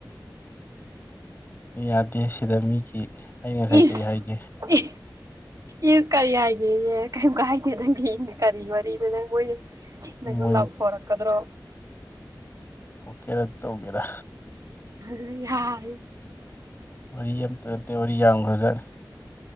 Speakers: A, on the left; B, on the right.
A: ꯌꯥꯗꯦ ꯁꯤꯗ ꯃꯤꯒꯤ ꯑꯩ ꯉꯁꯥꯏ
B: ꯏꯁ
A: ꯀꯔꯤ ꯍꯥꯏꯒꯦ
B: ꯏ ꯀꯔꯤ ꯍꯥꯏ ꯍꯥꯏ ꯦ ꯀꯩꯝ ꯀꯥꯏꯗꯦ ꯅꯪ ꯀꯔꯤ ꯃꯔꯤ ꯅꯉꯣꯏ ꯅꯉꯣꯏ
A: ꯃꯣꯏ
B: ꯂꯥꯎꯊꯥꯎꯔꯛꯀꯗ꯭ꯔꯣ
A: ꯀꯦꯔꯦ ꯇꯧꯒꯦꯔꯥ
B: ꯑ ꯌꯥꯥꯏ
A: ꯋꯥꯔꯤ ꯑꯃꯇ ꯅꯠꯇꯦ ꯋꯥꯔꯤ ꯌꯥꯝꯈ꯭ꯔꯖꯥꯠꯅꯤ